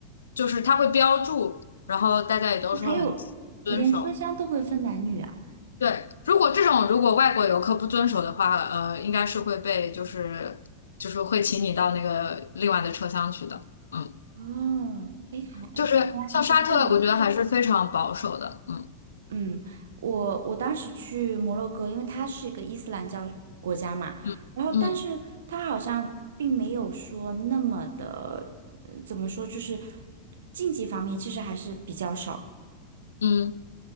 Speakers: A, on the left; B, on the right.
A: 就是它会标注，然后大家也都说很遵守。
B: 哦还有，连车厢都会分男女啊？
A: 对，如果这种如果外国游客不遵守的话，呃，应该是会被就是就是会请你到那个另外的车厢去的。嗯，
B: 哦，哎，还原来还是这样。
A: 就是像沙特，我觉得还是非常保守的。嗯
B: 嗯，我我当时去摩洛哥，因为它是一个伊斯兰教国家嘛，
A: 嗯嗯
B: 然后但是它好像并没有说那么的，呃怎么说，就是竞技方面其实还是比较少，
A: 嗯，